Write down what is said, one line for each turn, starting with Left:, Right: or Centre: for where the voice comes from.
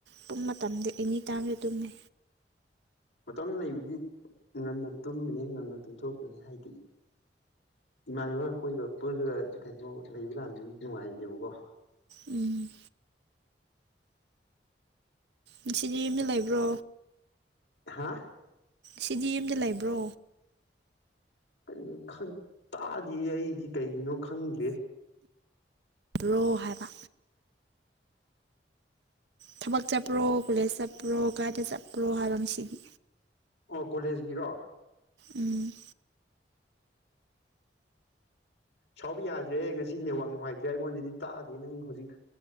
Right: ꯄꯨꯝ ꯃꯇꯝꯗ ꯑꯦꯅꯤ ꯇꯥꯏꯝꯁꯨ ꯇꯨꯝꯃꯦ
Left: ꯃꯇꯝ ꯂꯩꯕꯨꯗꯤ ꯉꯟꯅ ꯇꯨꯝꯕꯅꯤ ꯉꯟꯅ ꯇꯨꯝꯊꯣꯛꯄꯅꯦ ꯍꯥꯏꯗꯤ ꯏꯃꯥꯟꯅꯕ ꯑꯩꯈꯣꯏꯒ ꯄꯨꯜꯂꯒ ꯀꯩꯅꯣ ꯂꯩꯕ ꯀꯥꯟꯗꯗꯤ ꯅꯨꯡꯉꯥꯏꯔꯤꯅꯦꯕꯀꯣ
Right: ꯎꯝ ꯉꯁꯤꯗꯤ ꯌꯨꯝꯗ ꯂꯩꯕ꯭ꯔꯣ
Left: ꯍꯥ
Right: ꯁꯤꯗꯤ ꯌꯨꯝꯗ ꯂꯩꯕ꯭ꯔꯣ
Left: ꯑꯩꯅ ꯈ ꯇꯥꯗꯦ ꯑꯩꯗꯤ ꯀꯩꯒꯤꯅꯣ ꯈꯪꯗ꯭ꯔꯦ
Right: ꯑꯗꯨ꯭ꯔꯣ ꯍꯥꯏꯕ ꯊꯕꯛ ꯆꯠꯄ꯭ꯔꯣ ꯀꯣꯂꯦꯖ ꯆꯠꯄ꯭ꯔꯣ ꯀꯥꯏꯗ ꯆꯠꯄ꯭ꯔꯣ ꯍꯥꯏꯕꯣ ꯉꯁꯤꯗꯤ
Left: ꯑꯣ ꯀꯣꯂꯦꯖꯀꯤꯔꯣ
Right: ꯎꯝ
Left: ꯁꯥꯎꯕ ꯌꯥꯗ꯭ꯔꯦ ꯉꯁꯤ ꯅꯦꯋꯥꯛ ꯅꯨꯡꯉꯥꯏꯇ꯭ꯔꯦ ꯑꯩꯉꯣꯟꯗꯗꯤ ꯇꯥꯗꯦ ꯅꯪ ꯍꯧꯖꯤꯛ